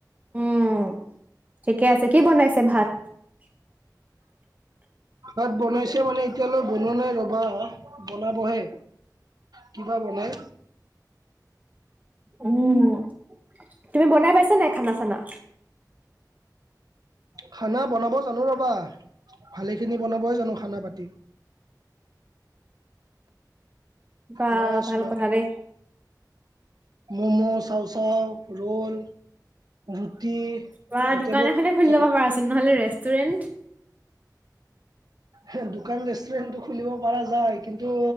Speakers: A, on the right (about 20°); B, on the right (about 65°).
A: উম ঠিকে আছে কি বনাইছে ভাত
B: তাত বনাইছে মানে এতিয়ালৈ ব বনোৱা নাই ৰ'বা বনাবহে কি বা বনাই।
A: অ' তুমি বনাই পাইছা নাই খানা চানা?
B: খানা বনাব জানো ৰ'বা, ভালে খিনি বনাবই জানো খানা পাতি।
A: বা
B: মাছ
A: ভাল
B: মা-
A: কথা দেই।
B: ম'ম' চাওঁ চাওঁ ৰোল ৰুটি
A: বা
B: গোটেইবোৰ
A: দোকান এখনে খুলি
B: জানোঁ।
A: ল'ব পাৰাচোন নহ'লে ৰেষ্টুৰেণ্ট
B: হে' দোকান ৰেষ্টুৰেণ্টটো খুলিব পৰা যায় কিন্তু